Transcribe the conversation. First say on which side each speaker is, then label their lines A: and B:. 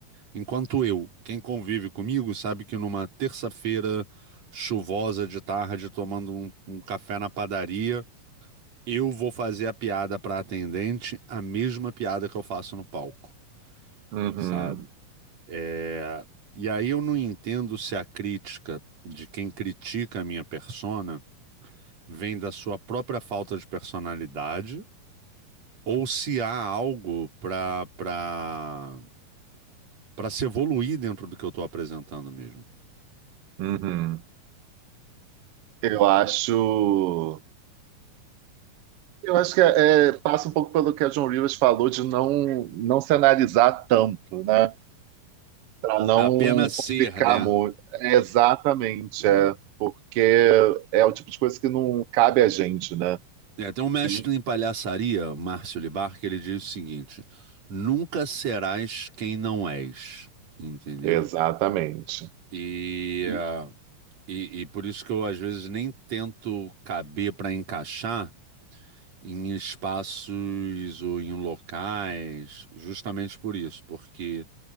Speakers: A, on the right (about 50°); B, on the right (about 85°).
A: enquanto eu. Quem convive comigo sabe que numa terça-feira chuvosa de tarde, tomando um um café na padaria eu vou fazer a piada para atendente, a mesma piada que eu faço no palco,
B: Uhum,
A: sabe? É, E aí eu não entendo se a crítica de quem critica a minha persona vem da sua própria falta de personalidade ou se há algo para para para se evoluir dentro do que eu estou apresentando mesmo.
B: uhum. Eu acho. Eu acho que é, é, passa um pouco pelo que a John Rivers falou de não, não se analisar tanto, né? Para não
A: Apenas ser,
B: complicar
A: né?
B: muito. É, exatamente,
A: É.
B: é, porque é o tipo de coisa que não cabe a gente, né?
A: É, tem um mestre
B: Quem?
A: em palhaçaria, Márcio Libar, que ele diz o seguinte: nunca serás quem não és, entendeu?
B: Exatamente.
A: E,
B: E-
A: ah, e, e por isso que eu às vezes nem tento caber para encaixar em espaços ou em locais, justamente por isso, porque